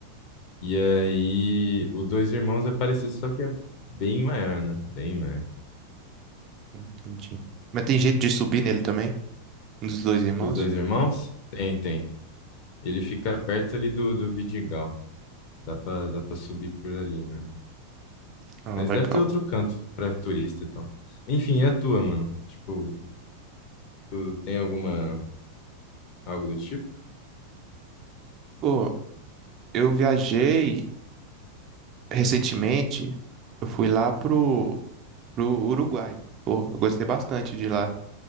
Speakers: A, on the left (about 40°); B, on the right (about 35°).
A: e aí o Dois Irmãos é parecido, só que é bem maior, né? Bem maior.
B: Entendi. Mas tem jeito de subir nele também? Um dos dois irmãos?
A: Dos Dois Irmãos? Tem, tem. Ele fica perto ali do, do Vidigal. Dá pra, dá pra subir por ali, mano.
B: Ah,
A: Mas
B: legal.
A: deve ter outro canto pra turista e tal. Enfim, é a tua, mano? Tipo, tu tem alguma, algo do tipo?
B: Pô, eu viajei recentemente, eu fui lá pro, pro Uruguai. Pô, eu gostei bastante de lá.